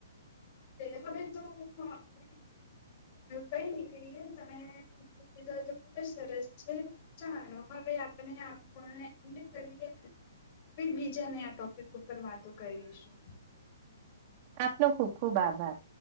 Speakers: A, on the left (about 45°); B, on the right (about 40°).
A: <unintelligible> આપને કઈ ની કહીએ તમે <unintelligible> તો ખુબ જ સરસ છે ચાલો હવે આપણે આખોને <unintelligible> ફરી બીજાને આ ટોપિક ઉપર વાતો કરીશું
B: આપનો ખુબ ખુબ આભાર.